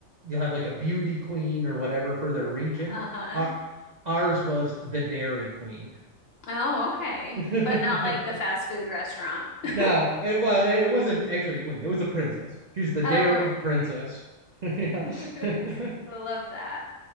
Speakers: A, on the right; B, on the left.
A: you'll have like a beauty queen or whatever for their region.
B: Uh-huh.
A: Our, ours was the dairy queen.
B: Oh, okay.
A: <laughs>
B: But not like
A: Yeah.
B: the fast food restaurant. <laughs>
A: No, it, well, it, wasn't actually a queen. It was a princess. She's the dairy
B: Oh,
A: princess. <laughs> Yeah.
B: okay. <laughs>
A: <laughs>
B: I love that.